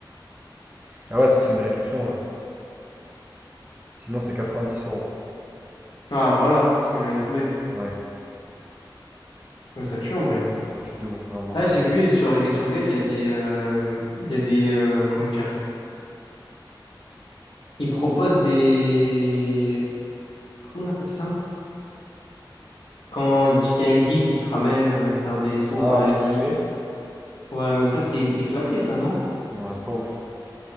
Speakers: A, on the right; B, on the left.
A: Ah ouais, parce que c'est une réduction, là. Sinon, c'est 90 euros.
B: Ah, voilà, ce que j'avais trouvé.
A: Ouais,
B: Ouais, ça tue en vrai.
A: ça tue de ouf, vraiment,
B: Là,
A: ça
B: j'ai
A: tue.
B: vu sur GetYourGuide, il y a des. euh, Il y a des. euh, comment dire? Ils proposent des. Comment on appelle ça? Quand il y a un guide qui te ramène euh, faire des tours
A: Ah,
B: dans la
A: tour
B: ville.
A: privé?
B: je sais pas. Ouais, mais ça, c'est c'est éclaté, ça, non?
A: Ouais, c'est pas ouf.